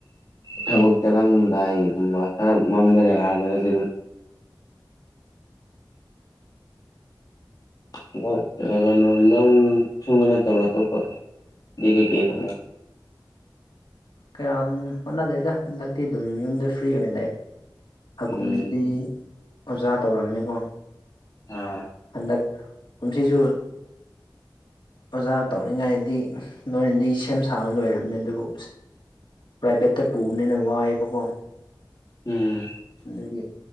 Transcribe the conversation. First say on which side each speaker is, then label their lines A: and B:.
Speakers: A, on the left (about 50°); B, on the left (about 70°).
A: ꯊꯕꯛ ꯆꯠꯂꯝꯗꯥꯏꯒꯨꯝꯕ ꯈꯔ ꯃꯝꯕ ꯖꯒꯥꯗꯗꯤ ꯑꯗꯨꯝ <unintelligible> ꯀꯩꯅꯣ ꯂꯧ ꯁꯨꯕ ꯅꯠꯇꯕ ꯑꯇꯣꯞꯄ ꯗꯤ ꯀꯩ ꯀꯩ ꯍꯣꯠꯅꯒꯦ
B: ꯀꯌꯥꯝ ꯍꯣꯠꯅꯗꯦꯗ ꯍꯟꯗꯛꯇꯤ ꯑꯗꯨꯝ ꯌꯨꯝꯗ ꯐ꯭ꯔꯤ ꯑꯣꯏꯅ ꯂꯩ ꯍꯥꯀꯨꯝꯗꯗꯤ
A: ꯎꯝ
B: ꯑꯣꯖꯥ ꯇꯧꯔꯝꯃꯦꯀꯣ
A: ꯑꯥ
B: ꯍꯟꯗꯛ ꯀꯨꯝꯁꯤꯁꯨ ꯑꯣꯖꯥ ꯇꯧꯅꯤꯡꯉꯥꯏꯗꯤ ꯂꯣꯏꯅꯗꯤ ꯁꯦꯝ ꯁꯥꯕ ꯂꯣꯏꯔꯕꯅꯦ ꯑꯗꯨꯕꯨ ꯄ꯭ꯔꯥꯏꯚꯦꯠꯇ ꯄꯨꯕꯅꯤꯅ ꯋꯥꯏꯑꯦꯕꯀꯣ
A: ꯎꯝ
B: ꯑꯗꯒꯤ